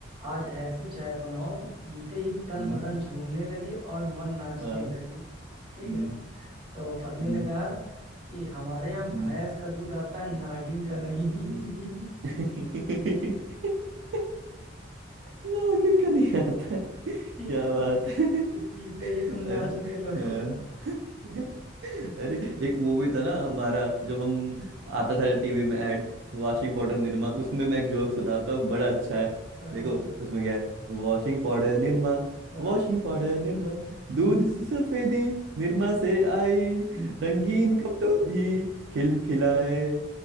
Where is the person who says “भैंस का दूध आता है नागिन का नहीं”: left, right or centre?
Right